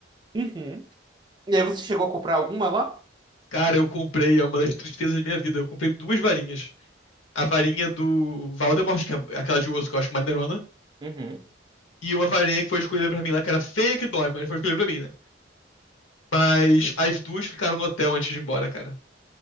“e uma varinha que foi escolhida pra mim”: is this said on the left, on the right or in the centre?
Left